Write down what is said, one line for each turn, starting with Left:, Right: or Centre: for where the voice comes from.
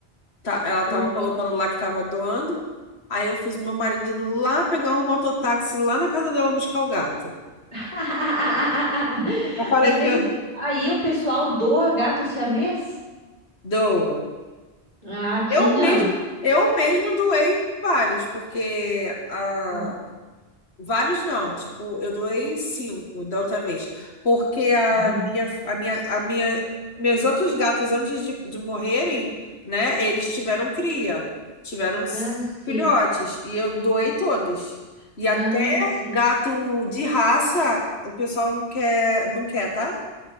Left: tá, ela tava
Right: aham.
Left: colocando lá que estava doando. Aí eu fiz meu marido ir lá pegar um mototáxi lá na casa dela buscar o gato.
Right: <laughs>
Left: Eu falei
Right: Mas
Left: que
Right: eles.
Left: eu
Right: Aí o pessoal doa gato siamês?
Left: doa.
Right: Ah, aqui
Left: Eu
Right: não.
Left: mesmo, eu mesmo doei vários, porque a
Right: Uhum.
Left: vários não, tipo, eu doei cinco da outra vez, porque a
Right: Uhum.
Left: minha, a minha, a minha, meus outros gatos antes de, de morrerem, né, eles tiveram cria, tiveram cinco
Right: Ah, sim.
Left: filhotes e eu doei todos. E
Right: Ah,
Left: até
Right: sim.
Left: gato de raça, o pessoal não quer, não quer, tá?